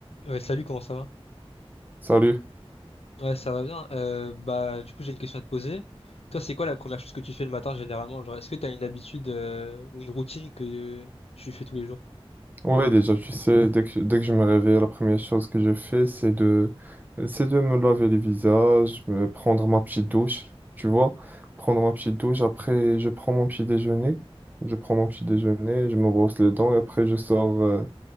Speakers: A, on the left (about 75°); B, on the right (about 15°).
A: Ouais, salut, comment ça va?
B: Salut.
A: Ouais, ça va bien. Euh, bah, du coup, j'ai une question à te poser. Toi, c'est quoi la première chose que tu fais le matin généralement? Genre, est-ce que tu as une habitude euh, ou une routine que tu fais tous les jours?
B: Ouais, déjà, tu sais, dès que, dès que je me réveille, la première chose que je fais, c'est de, c'est de me laver le visage, me prendre ma petite douche, tu vois. Prendre ma petite douche, après, je prends mon petit déjeuner. Je prends mon petit déjeuner, je me brosse les dents et après, je sors, euh,